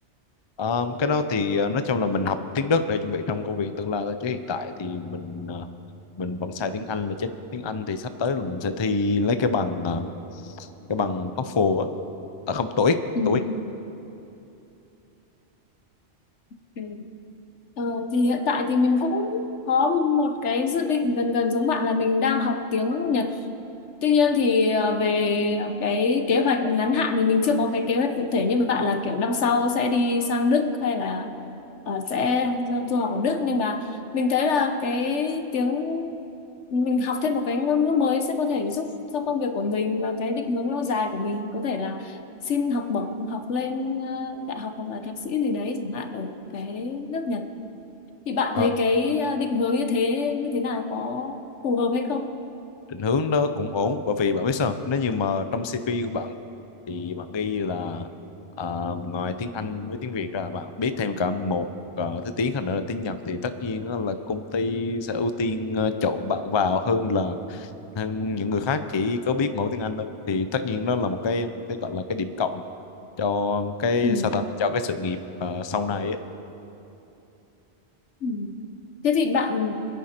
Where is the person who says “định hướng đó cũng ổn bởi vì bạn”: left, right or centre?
Left